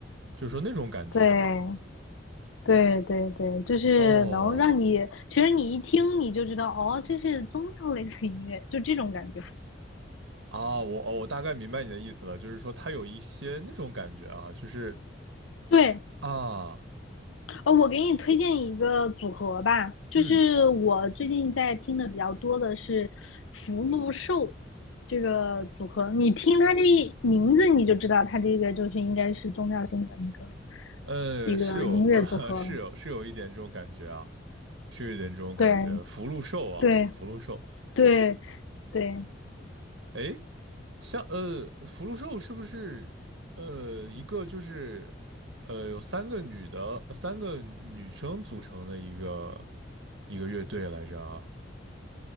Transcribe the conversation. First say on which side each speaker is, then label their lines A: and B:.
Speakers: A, on the right; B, on the left.
A: 就是说那种感觉的嘛。
B: 对对对对，就是能让你，
A: 哦
B: 其实你一听你就知道，哦，这是宗教类的音乐，就这种感觉。
A: 啊，我哦，我大概明白你的意思了，就是说他有一些那种感觉啊，就是
B: 对
A: 啊，
B: 哦，我给你推荐一个组合吧，就是我最近在听的比较多的是福禄寿
A: 嗯
B: 这个组合。你听它这一名字，你就知道它这个就是应该是宗教性的一个
A: 呃，
B: 一个音乐组合了。
A: 是有呃 <laughs> 是有是有一点这种感觉啊。是有点这种感觉。
B: 对
A: 福禄寿啊，
B: 对
A: 福禄寿，
B: 对对，
A: 哎，像呃，福禄寿是不是呃一个就是呃有三个女的，三个女生组成的一个一个乐队来着啊？